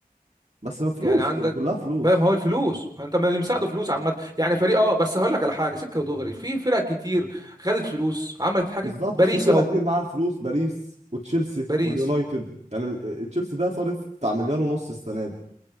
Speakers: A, on the right; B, on the right.
A: بس ما فلوس
B: يعني عندك
A: كلها فلوس
B: بقى ما هو الفلوس ما انت من اللي مساعده فلوس عامة يعني فريق اه بس هقول لك على حاجة سكة ودغري في فرق كتير خدت فلوس عملت حاجة
A: بالظبط
B: باريس
A: في فرق
B: اهو
A: كتير معاها فلوس باريس وتشيلسي
B: باريس
A: واليونايتد يعني ال- آه، تشيلسي ده صارف بتاع مليار ونص السنه دي